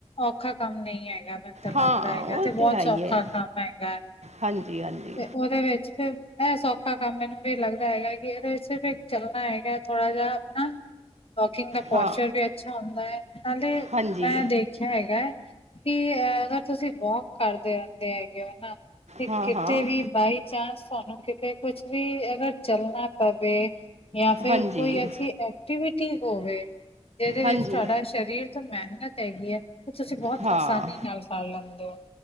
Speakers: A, on the left; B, on the right.
A: ਔਖਾ ਕੰਮ ਨਹੀਂ ਹੈਗਾ। ਮੈਨੂੰ ਲੱਗਦਾ
B: ਹਾਂ
A: ਹੈਗਾ,
B: ਉਹ
A: ਤੇ ਬਹੁਤ
B: ਤਾਂ ਹੈ
A: ਸੌਖਾ
B: ਹੀ ਹੈ
A: ਕੰਮ ਹੈਗਾ,
B: ਹਾਂਜੀ ਹਾਂਜੀ
A: ਤੇ ਉਹਦੇ ਵਿੱਚ ਫ ਐ, ਸੌਖਾ ਕੰਮ ਮੈਨੂੰ ਵੀ ਲੱਗਦਾ ਹੈਗਾ ਕਿ, ਇਹਦੇ ਵਿੱਚ ਸਿਰਫ਼ ਇੱਕ ਚੱਲਣਾ ਹੈਗਾ ਥੋੜਾ ਜਿਹਾ, ਅਪਨਾ। ਵੌਕਿੰਗ ਦਾ ਪੌਸ਼ਚਰ
B: ਹਾਂ
A: ਵੀ ਅੱਛਾ ਹੁੰਦਾ ਹੈ, ਨਾਲੇ
B: ਹਾਂਜੀ
A: ਮੈਂ ਦੇਖ ਅੱਛਾ ਹੈਗਾ, ਕਿ ਅ ਅਗਰ ਤੁਸੀਂ ਵੌਕ ਕਰਦੇ ਹੁੰਦੇ ਹੈਗੇ ਹਨਾ, ਤੇ
B: ਹਾਂ
A: ਕਿਤੇ
B: ਹਾਂ
A: ਵੀ ਬਾਈ ਚਾਂਸ, ਤੁਹਾਨੂੰ ਕਿਤੇ ਕੁਛ ਵੀ ਅਗਰ ਚੱਲਣਾ ਪਵੇ ਯਾ ਫਿਰ,
B: ਹਾਂਜੀ
A: ਕੋਈ ਐਸੀ ਐਕਟੀਵਿਟੀ ਹੋਵੇ ਜਿਹਦੇ ਵਿੱਚ
B: ਹਾਂਜੀ
A: ਤੁਹਾਡਾ ਸਰੀਰ ਤੋਂ ਮਿਹਨਤ ਹੈਗੀ ਹੈ, ਅਤੇ ਤੁਸੀਂ ਬਹੁਤ
B: ਹਾਂ
A: ਆਸਾਨੀ ਨਾਲ ਕਰ ਲੈਂਦੇ ਹੋ।